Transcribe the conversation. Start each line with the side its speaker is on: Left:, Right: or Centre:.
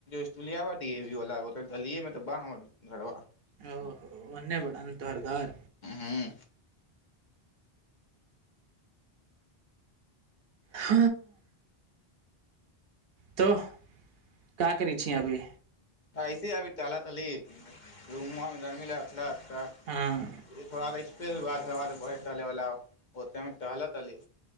Left: स्ूलियााील त ब घरबा <unintelligible>
Right: ओ ओे ओने बारन तोहर घर
Left: हूँ
Right: ह तो क्य करी छीिय अभी
Left: ऐसे अभी त तली रुमे जर्मिललत <unintelligible> तऽ
Right: हँ
Left: थोड़ा दै फेर बाद हाद ब टेवला <unintelligible> ओतमे कहहला तली